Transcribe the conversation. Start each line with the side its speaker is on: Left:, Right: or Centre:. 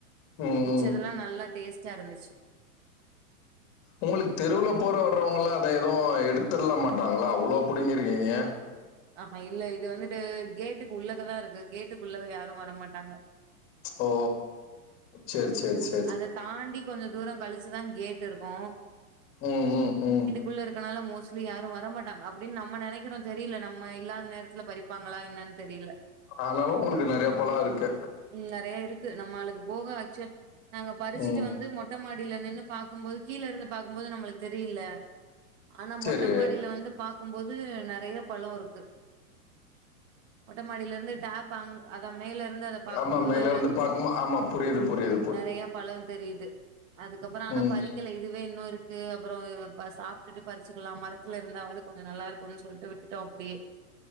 Left: ம்
Right: மிச்சதெல்லா
Left: ம்
Right: நல்லா டேஸ்ட்டா இருந்துச்சு
Left: உங்களுக்கு தெருவுல போற வர்றவங்கலா அத எதுவு எடுத்துர்லா மாட்டாங்களா அவ்ளோ புடிங்கிருக்கீங்க
Right: ஆஹா இல்ல இது வந்துட்டு கேட்டுக்கு உள்ளக்கதா இருக்கு கேட்டுக்கு உள்ள யாரு வரமாட்டாங்க
Left: ஓ சேரி சேரி சே
Right: அத தாண்டி கொஞ்ச தூர கழிச்சுதா கேட்டு இருக்கு
Left: ம் ம் ம்
Right: உள்ள இருக்கனால மோஸ்லி யாரு வரமாட்டாங்க அப்டினு நம்ம நெனைக்கிறோ தெரியல நம்ம இல்லாத நேரத்ல பறிப் ப்பாங்களா என்னனு தெரியல
Left: ஆனாலு உங்ளுக்கு நெறைய பல இருக்கு
Right: உம் நெறைய இருக்கு நம்மளுக்கு போக ஆக்சு நாங்க பறிசுட்டு
Left: ம்
Right: வந்து மொ மொட்ட மாடியல நின்னு பாக்கும்போது கீழ இருந்து பாக்கும் போது நம்மளுக்கு தெரியில ஆனா
Left: சேரி
Right: மொட்டமாடியில வந்து பா க்கும் போது நெறைய பழம் இருக்கு மொட்டமாடியில இருந்து டேப் அங் அதா மேல இருந்து அத பாக்கும்போது
Left: ஆமா மேல இருந்து பாக்கும்போ ஆமா புரியிது புரியிது
Right: நெறையா பழோ தெரியுது அதுக்கப்றோ ஆனா
Left: ம்
Right: பறிக்கல இதுவே இன்னுருக் கு அப்றோ ப சாப்ட்டுட்டு பறிச்சுக்கலா மரத்துல இருந்தாவது கொஞ்சு நல்லா இருக்குன்னு சொல்லிட்டு விட்டுட்டோ அப்படியே